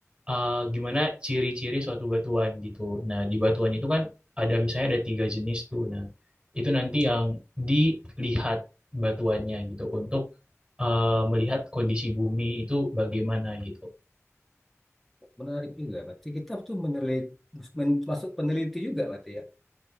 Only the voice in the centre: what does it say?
Menarik juga, berarti kita tuh meneliti, men- masuk peneliti juga berarti ya?